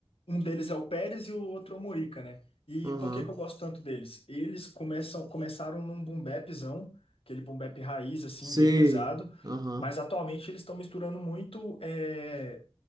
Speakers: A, on the left; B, on the right.
A: Um deles é o Pérez e o outro é o Morica, né? E
B: Aham.
A: por que que eu gosto tanto deles? Eles começam, começaram num boom bapzão, aquele boom bap raiz, assim,
B: Sei.
A: bem pesado,
B: Aham.
A: mas atualmente eles estão misturando muito eh,